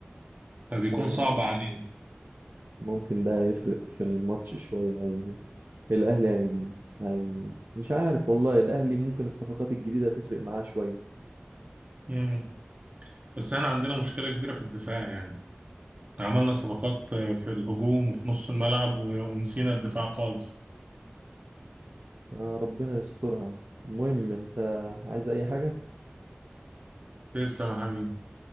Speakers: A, on the right; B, on the right.
A: فبيكون
B: ايوه
A: صعب
B: ممكن
A: علينا
B: ممكن ده يفرق في الماتش شويه هي... الاهلي هي... هي... مش عارف والله الاهلي ممكن الصفقات الجديده تفرق معاه شويه
A: مم. بس احنا عندنا مشكلة كبيرة في الدفاع يعني عملنا صفقات في الهجوم وفي نص الملعب و- ونسينا الدفاع خالص
B: آه ربنا يسترها المهم انت عايز اي حاجه
A: تسلم يا حبيبي